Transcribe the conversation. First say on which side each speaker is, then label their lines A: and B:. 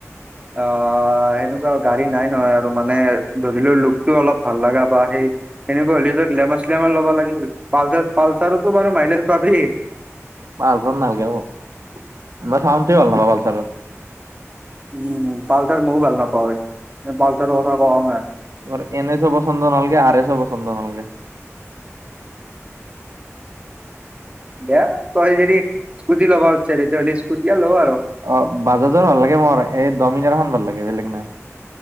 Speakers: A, on the right; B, on the right.
A: অ, সেনেকুৱা গাড়ী নাই নহয় আৰু মানে ধৰি ল লুকটো অলপ ভাল লাগা বা সেই এনেকুৱা হলেটো গ্লেমাৰ চেলেমাৰ ল'ব লাগিল। পালচাৰ পালচাৰতো বাৰু মাইলেচ পাবি।
B: পালচাৰ নালাগে মোক। মই <unintelligible>
A: উম পালচাৰ মও ভাল নাপাওঁয়ে। <unintelligible> পালচাৰ কথা কোৱাও নাই।
B: মোৰ এন এছ' পচন্দ নালাগে, আৰ এছ' পচন্দ নালগে।
A: দিয়া তই যদি স্কুটি ল'বা খুজিছা, তেতিয়াহ'লে স্কুটি ল আৰু।
B: অ বাজাজৰ ভাল লাগে মোৰ, এ ডমিনাৰ খন ভাল লাগে। বেলেগ নাই।